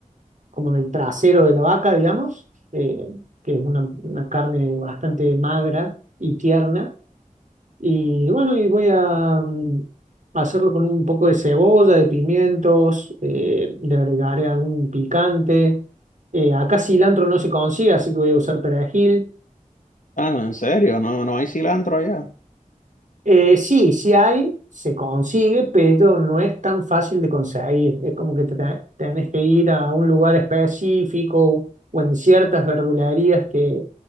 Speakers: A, on the right (about 65°); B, on the left (about 70°).
A: como del trasero de la vaca, digamos, eh, que es una, una carne bastante magra y tierna y bueno, y voy a mm, hacerlo con un poco de cebolla, de pimientos, eh, le agregaré algún picante. Eh, acá cilantro no se consigue, así que voy a usar perejil.
B: Ah, no, en serio, no, no hay cilantro allá.
A: Eh, sí, sí hay, se consigue, pero no es tan fácil de conseguir. Es como que te te- tenés que ir a un lugar específico o en ciertas verdulerías que